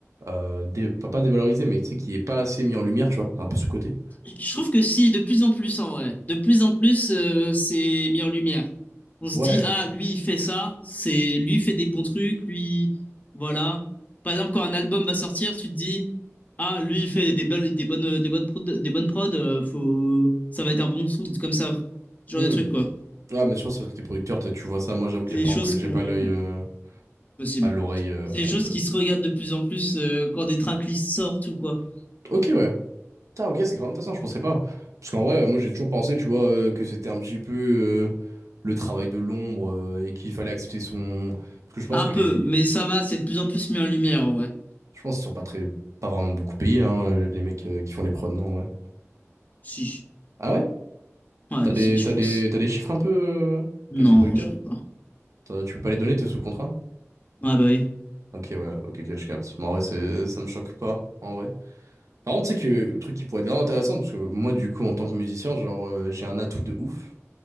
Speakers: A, on the right; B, on the left.
A: euh, dé- pas, pas dévalorisé, mais tu sais, qui est pas assez mis en lumière, tu vois. C'est un peu sous côté
B: Je trouve que si, de plus en plus en vrai. De plus en plus, euh, c'est mis en lumière. On se
A: Ouais.
B: dit, ah, lui, il fait ça, c'est lui il fait des bons trucs, lui, voilà. Par exemple, quand un album va sortir, tu te dis, ah, lui, il fait des belles, des bonnes, des bonnes prod, des bonnes prod, euh, faut, ça va être un bon son, comme ça, ce
A: Hmm.
B: genre de trucs quoi.
A: Ouais, mais je pense que c'est parce que t'es producteur, toi, tu vois ça. Moi, j'avoue que
B: C'est
A: j'ai
B: des
A: pas,
B: choses
A: enco- j'ai
B: qu'on,
A: pas l'œil. euh,
B: possible.
A: pas l'oreille euh,
B: C'est des
A: absolue.
B: choses qui se regardent de plus en plus euh, quand des tracklists sortent ou quoi.
A: Ok, ouais. Putain, ok, c'est grave intéressant, je pensais pas. Parce qu'en vrai, euh, moi, j'ai toujours pensé, tu vois, euh, que c'était un petit peu. euh, le travail de l'ombre euh, et qu'il fallait accepter son. Parce que je pense
B: Un
A: que
B: peu,
A: les,
B: mais ça va, c'est de plus en plus mis en lumière en vrai.
A: Je pense qu'ils sont pas très, pas vraiment beaucoup payés, hein, les mecs euh, qui font les prods, non, ouais.
B: Si, si.
A: Ah ouais?
B: ouais,
A: T'as des,
B: si, je
A: t'as
B: pense.
A: des, t'as des chiffres un peu, euh,
B: Non,
A: toi qui es producteur?
B: je ai pas.
A: T'as- Tu peux pas les donner, t'es sous contrat?
B: Ah bah oui.
A: Ok, ouais, ok, ok, je capte. Mais en vrai, c'est, ça me choque pas, en vrai. Par contre, tu sais que le truc qui pourrait être grave intéressant, parce que moi, du coup, en tant que musicien, genre, euh, j'ai un atout de ouf.